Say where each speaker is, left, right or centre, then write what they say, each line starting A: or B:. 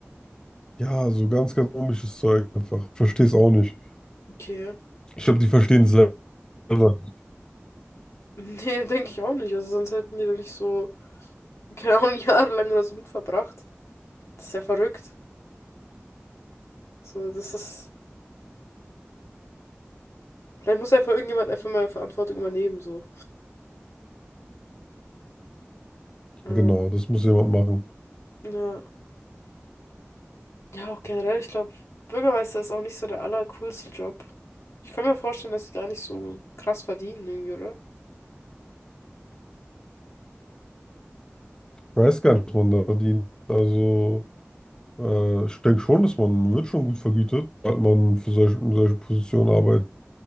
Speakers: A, on the left; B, on the left.
A: ja, so ganz, ganz komisches Zeug einfach. Ich verstehe es auch nicht.
B: Okay. <laughs>
A: Ich glaube, die verstehen es selber. nicht.
B: Nee, denke ich auch nicht. Also sonst hätten die da nicht so keine Ahnung, <laughs> lang oder so mit verbracht. Das ist ja verrückt. So, das ist. Vielleicht muss einfach irgendjemand einfach mal Verantwortung übernehmen, so. Ähm,
A: Genau, das muss jemand machen.
B: ja. Ja, auch generell, ich glaube, Bürgermeister ist auch nicht so der allercoolste Job. Ich kann mir vorstellen, dass die gar nicht so krass verdienen, irgendwie, oder?
A: Ich weiß gar nicht, was man da verdient. Also, äh, ich denke schon, dass man wird schon gut vergütet, weil man für solche, in solche Positionen arbeitet.